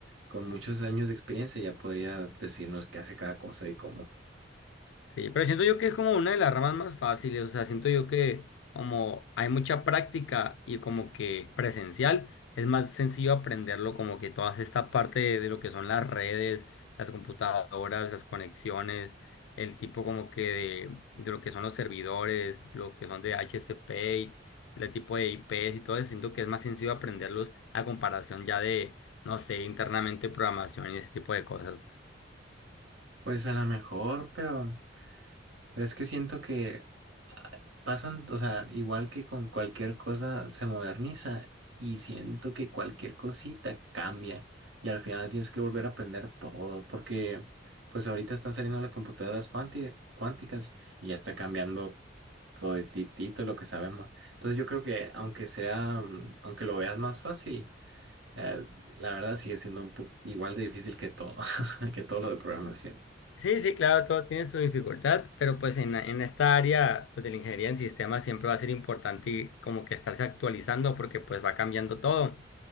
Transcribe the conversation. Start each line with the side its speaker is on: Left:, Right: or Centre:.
Right: con muchos años de experiencia, ya podría decirnos qué hace cada cosa y cómo.
Left: Sí, pero siento yo que es como una de las ramas más fáciles, o sea, siento yo que como hay mucha práctica y como que presencial, es más sencillo aprenderlo como que toda esta parte de, de lo que son las redes, las computadoras, las conexiones, el tipo como que de, de lo que son los servidores, lo que son de HCP, y el tipo de IPs y todo eso, siento que es más sencillo aprenderlos a comparación ya de, no sé, internamente programación y ese tipo de cosas.
Right: Pues a lo mejor, pero, pero es que siento que ah, pasan, o sea, igual que con cualquier cosa se moderniza y siento que cualquier cosita cambia y al final tienes que volver a aprender todo porque pues ahorita están saliendo las computadoras cuanti- cuánticas y ya está cambiando toditito lo que sabemos. Entonces yo creo que aunque sea, mm, aunque lo veas más fácil, eh, la verdad sigue siendo un poco igual de difícil que todo, <laughs> que todo lo de programación.
Left: Sí, sí, claro, todo tiene su dificultad, pero pues en, en esta área pues de la ingeniería en sistemas siempre va a ser importante y como que estarse actualizando porque pues va cambiando todo